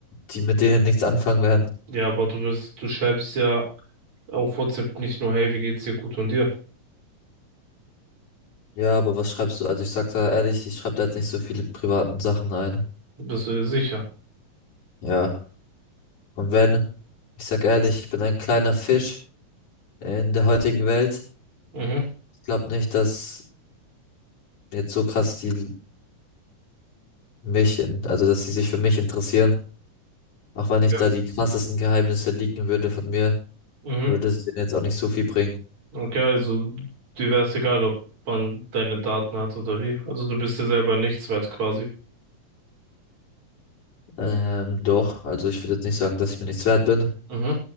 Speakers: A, on the left; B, on the right.
A: die mit denen nichts anfangen werden.
B: Ja, aber du wirst, du schreibst ja auf WhatsApp nicht nur, hey, wie geht's dir gut und dir?
A: Ja, aber was schreibst du? Also ich sag da ehrlich, ich schreibe da jetzt nicht so viele privaten Sachen ein.
B: Bist du dir sicher?
A: Ja. Und wenn, ich sag ehrlich, ich bin ein kleiner Fisch in der heutigen Welt.
B: Mhm.
A: Ich glaube nicht, dass jetzt so krass die mich in, also dass sie sich für mich interessieren. Auch wenn ich
B: Ja.
A: da die krassesten Geheimnisse leaken würde von mir,
B: Mhm.
A: würde es denen jetzt auch nicht so viel bringen.
B: Okay, also dir wäre es egal, ob man deine Daten hat oder wie. Also du bist dir selber nichts wert quasi.
A: Ähm, doch, also ich würde jetzt nicht sagen, dass ich mir nichts wert bin.
B: Mhm.